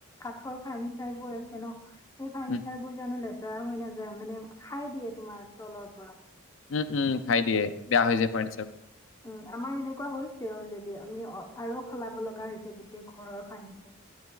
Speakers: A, on the left; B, on the left.
A: কাঠৰ ফাৰ্ণিচাৰ বোৰ আছে ন। সেই ফানীচাৰ
B: উম
A: বোৰ জানো লেতে টেৰা হৈ নাযায়, মানে খাই দিয়ে তোমাৰ তলৰ পৰা।
B: উম উম খাই দিয়ে, বেয়া হৈ যায় ফাৰ্ণিচাৰ বোৰ।
A: উম আমাৰ এনেকুৱা হৈছে অলৰেডি আমি আৰু সলাব লগা হৈছে গোটেই ঘৰৰ ফাৰনিচাৰ।